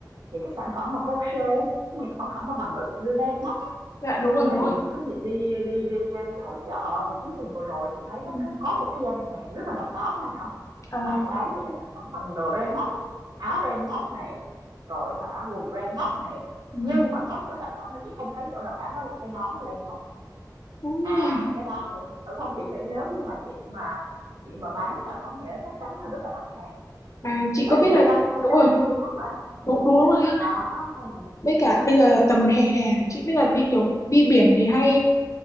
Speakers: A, on the right (about 75°); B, on the left (about 45°).
A: những cái sản phẩm mà crochet, những sản phẩm mà bằng len
B: dạ đúng rồi
A: tại
B: đúng rồi
A: vì chị có dịp đi đi đi đi hội chợ cuối tuần vừa rồi chị thấy
B: ừ,
A: các các- có một cái gian hàng rất là độc đáo nha Thảo
B: ờ,
A: các bạn bán những cái sản phẩm bằng đồ ren móc á, áo ren móc này rồi hả quần ren móc này
B: ừ,
A: nhưng mà có một cái sản phẩm mà chị không thấy chỗ nào bán đó là cái nón len móc
B: đúng
A: à
B: rồi
A: cái đó này chị thử không chị nghĩ nếu như mà chị mà chị mà bán cái sản phẩm này nó chắc chắn là rất là đắt hàng
B: à chị
A: tại
B: có biết
A: vì nó
B: là
A: đang theo
B: đúng
A: trend
B: rồi
A: xu hướng mà
B: đúng đúng, đúng rồi đấy
A: đó ừ
B: với cả bây giờ là tầm hè hè chị biết là đi kiểu đi biển thì hay